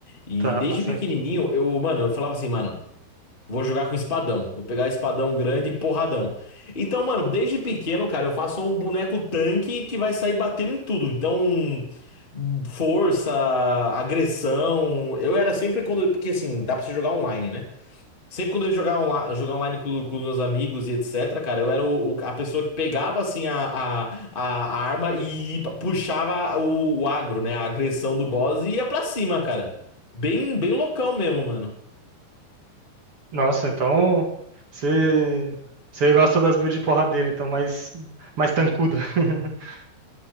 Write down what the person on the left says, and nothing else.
E
desde
pequenininho, eu, mano, eu falava assim, mano, vou jogar com espadão. Vou pegar espadão grande e porradão. Então, mano, desde pequeno, cara, eu faço um boneco tanque que vai sair batendo em tudo. Então, força, agressão. Eu era sempre quando. Porque assim, dá pra você jogar online, né? Sempre quando eu ia jogar, onla- jogar online com, com meus amigos e etc, cara, eu era o, o- a pessoa que pegava, assim, a, a, a a arma e puxava o, o agro, né? A agressão do boss e ia pra cima, cara. Bem, bem loucão mesmo, mano.